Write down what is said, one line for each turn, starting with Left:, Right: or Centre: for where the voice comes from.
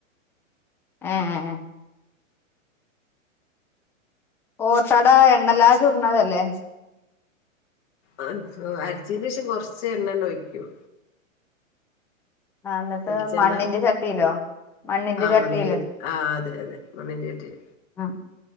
Centre: ഏ ഏ ഓട്ടട എണ്ണല്ലാതെ ചുട്ണതല്ലേ?
Left: ആ അരച്ചീന്റെ ശേഷം കൊറച്ച് എണ്ണണ് ഒഴിക്കും.
Centre: ആഹ് എന്നിട്ട്
Left: വെളിച്ചെണ്ണ
Centre: മണ്ണിന്റെ ചട്ടിയിലോ മണ്ണിന്റെ
Left: ആമണ്ണിന്റെ
Centre: ചട്ടിയില്
Left: ചട്ടീ ആ അതെ അതെ മണ്ണിന്റെറെ ചട്ടീൽ.
Centre: ആ